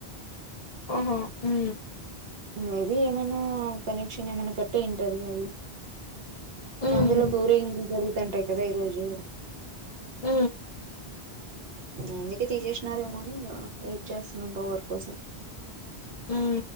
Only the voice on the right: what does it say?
మేబి ఏమనా కనెక్షన్ ఏమనా కట్టయి ఉంటది మేబి
అందులోకు ఊరేగింపులు జరుగుతుంటాయి కదా ఈరోజు
అందుకే తీసేసినారేమో అని ఇంగ వెయిట్ చేస్తున్నాం పవర్ కోసం